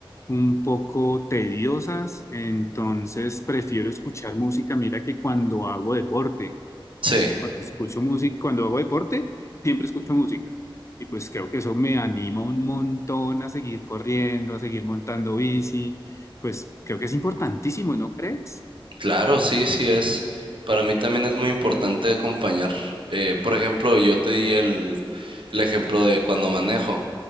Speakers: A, on the left; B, on the right.
A: un poco tediosas, entonces prefiero escuchar música. Mira que cuando hago deporte.
B: Sí.
A: Escucho música, cuando hago deporte, siempre escucho música. Y pues creo que eso me anima un montón a seguir corriendo, a seguir montando bici. Pues creo que es importantísimo, ¿no crees?
B: Claro, sí, sí es. Para mí también es muy importante acompañar. Eh, por ejemplo, yo te di el, el ejemplo de cuando manejo,